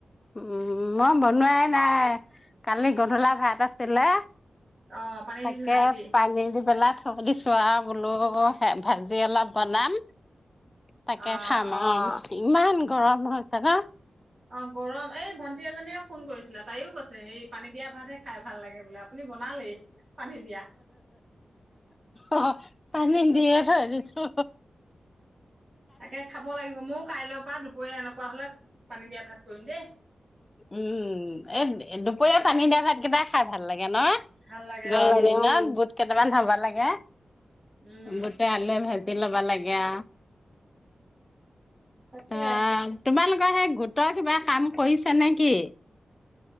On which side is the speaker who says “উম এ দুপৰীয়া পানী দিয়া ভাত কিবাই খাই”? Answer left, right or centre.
Left